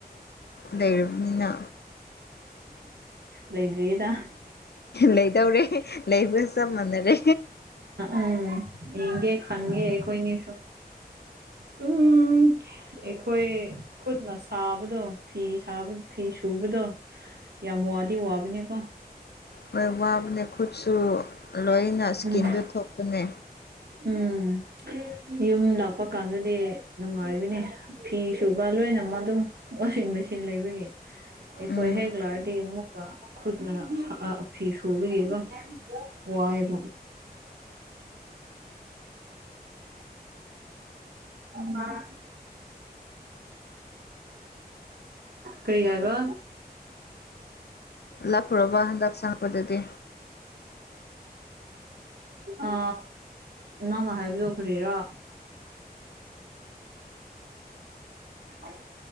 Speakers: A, on the left; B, on the right.
A: ꯂꯩꯔꯕꯅꯤꯅ
B: ꯂꯩꯗ꯭ꯔꯤꯌꯦꯗ
A: ꯂꯩꯗꯧꯔꯦ ꯂꯩꯕꯒ ꯆꯞ ꯃꯥꯟꯅꯔꯦ
B: ꯎꯝ ꯏꯒꯦ ꯈꯥꯟꯒꯦ ꯑꯩꯣꯏꯅꯤꯁꯨ ꯎꯝ ꯑꯩꯈꯣꯏ ꯈꯨꯠꯅ ꯁꯥꯕꯗꯣ ꯐꯤ ꯁꯥꯕ ꯐꯤ ꯁꯨꯕꯗꯣ ꯌꯥ ꯃꯨꯗꯤ ꯋꯥꯕꯤꯅꯤ ꯀ
A: ꯃꯣꯏ ꯋꯥꯕꯅꯦ ꯈꯨꯠꯁꯨ ꯂꯣꯏꯅ ꯏꯁꯀꯤꯟꯗꯣ
B: ꯎꯝ
A: ꯊꯣꯛꯄꯅꯦ
B: ꯎꯝ ꯌꯨꯝ ꯂꯥꯛꯄ ꯀꯥꯟꯗꯗꯤ ꯅꯨꯡꯉꯥꯏꯕꯅꯤ ꯐꯤ ꯁꯨꯕ ꯂꯣꯏꯅꯃꯛ ꯑꯗꯨꯝ ꯋꯥꯁꯤꯡ ꯃꯦꯆꯤꯟ ꯂꯩꯕꯒꯤ ꯑꯩꯀꯣꯏ
A: ꯎꯝ
B: ꯍꯦꯒꯂꯗꯤ ꯃꯨꯀ ꯈꯨꯠꯅ ꯐꯤ ꯁꯨꯕꯒꯤꯕ ꯋꯥꯏꯑꯕ ꯎꯝ ꯀꯩ ꯍꯥꯏꯒ
A: ꯂꯞꯄꯨꯔꯕ ꯍꯟꯗꯛ ꯆꯪꯉꯛꯄꯗꯗꯤ
B: ꯑ ꯅꯪꯅ ꯍꯥꯏꯕꯤꯌꯨꯈꯔꯤꯔꯣ ꯣ <unintelligible>